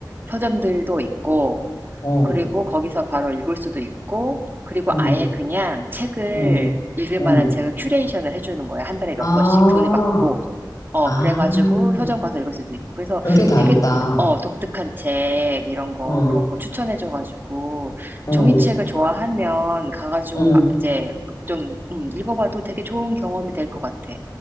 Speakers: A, on the right (about 25°); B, on the left (about 50°).
A: 서점들도 있고
B: 응, 어,
A: 그리고 거기서 바로 읽을 수도 있고, 그리고
B: 응,
A: 아예 그냥 책을,
B: 응,
A: 읽을
B: 응.
A: 만한 책을 큐레이션을 해주는 거예요. 한 달에
B: 아,
A: 몇 권씩 돈을 받고. 어,
B: 아.
A: 그래가지고 서점 가서 읽을 수도 있고. 그래서
B: 별게 다
A: 되게,
B: 있다.
A: 어, 독특한 책, 이런 거,
B: 어,
A: 그런 거 추천해줘가지고,
B: 어,
A: 종이책을 좋아하면 가가지고,
B: 응,
A: 가- 이제 좀, 음, 읽어봐도 되게 좋은 경험이 될 것 같아.